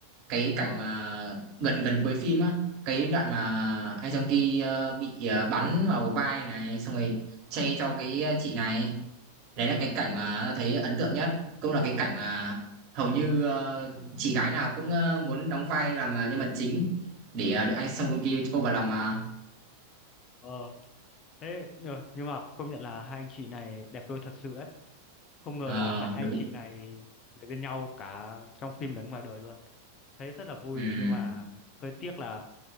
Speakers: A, on the right (about 45°); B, on the left (about 30°).
A: cái
B: Ờ.
A: cảnh mà gần gần cuối phim á cái đoạn mà anh Song Ki ờ, bị ờ, bắn vào vai này xong rồi che cho cái ờ, chị này đấy là cái cảnh mà tao thấy ấn tượng nhất cũng là cái cảnh mà hầu như ờ, chị gái nào cũng ờ, muốn đóng vai làm ờ, nhân vật chính để
B: Ừ.
A: ờ, được anh Song Ki ôm vào lòng mà
B: Ờ. Thế nhưng nhưng mà công nhận là hai anh chị này đẹp đôi thật sự ấy. Không ngờ
A: Ờ,
B: là hai anh
A: đúng
B: chị này về bên nhau cả trong phim lẫn ngoài đời luôn. Thấy rất là vui
A: ừ,
B: nhưng mà hơi tiếc là